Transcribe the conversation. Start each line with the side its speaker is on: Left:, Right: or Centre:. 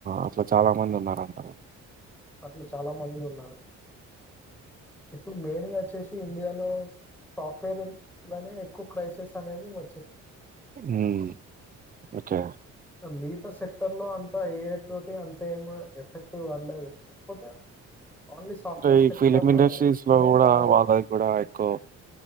Right: అట్లా చాలామందున్నారంట.
Centre: అట్ల చాలా మంది ఉన్నారు ఇప్పుడు మెయిన్ గా వచ్చేసి ఇండియాలో సాఫ్ట్వేర్ లోని ఎక్కువ క్రైసిస్ అనేది వ
Right: ఉం ఓకే
Centre: మిగతా సెక్టర్ లో అంత ఏఐ తోటి అంత ఏం ఎఫెక్ట్ పర్లేదు కాకపోతే ఓన్లీ సాఫ్ట్వేర్
Right: అంటే ఈ
Centre: సెక్టర్
Right: ఫిలిం
Centre: లో
Right: ఇండస్ట్రీస్ లో
Centre: అనేది
Right: కూడా
Centre: బాగా
Right: వాల్లది కూడా ఎక్కువ